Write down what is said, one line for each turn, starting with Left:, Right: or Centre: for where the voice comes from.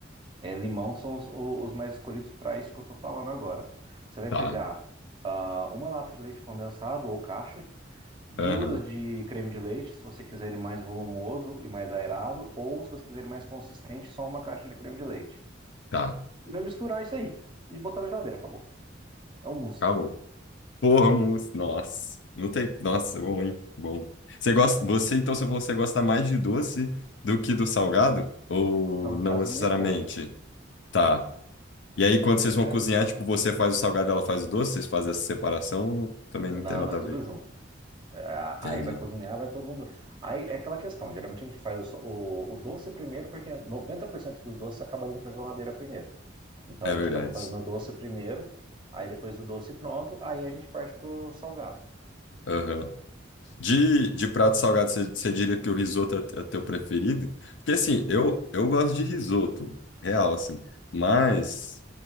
Right: É, limão são os, o- os mais escolhidos para isso que eu estou falando agora. Você vai
Left: tá.
Right: pegar ah, uma lata de leite condensado ou caixa, duas
Left: Aham.
Right: de creme de leite, se você quiser ele mais volumoso e mais aerado, ou se você quiser ele mais consistente, só uma caixa de creme de leite.
Left: Tá,
Right: E vai misturar isso aí e botar na geladeira, acabou. É um mousse.
Left: acabou. vamos nossa. Não tem. Nossa, é bom, hein? Bom. Você gosta, você, então, se você gosta mais de doce do que do salgado? Ou
Right: Não, no
Left: não
Right: caso,
Left: necessariamente?
Right: minha esposa.
Left: Tá. E aí, quando vocês vão
Right: É.
Left: cozinhar, tipo, você faz o salgado, ela faz o doce, vocês fazem essa separação, ou também
Right: Não,
Left: não tem nada
Right: não, é tudo
Left: a ver.
Right: junto. É, a-
Left: Entendi.
Right: aí vai cozinhar, vai todo mundo. Aí é aquela questão, geralmente a gente faz o, so- o o doce primeiro, porque 90% dos doces acaba indo para geladeira primeiro. Então
Left: É
Right: a
Left: verdade.
Right: gente acaba fazendo o doce primeiro, aí depois do doce pronto, aí a gente parte pro salgado.
Left: Aham. De, de prato salgado, você, você diria que o risoto é, é teu preferido? Porque, assim, eu, eu gosto de risoto, real, assim. Mas.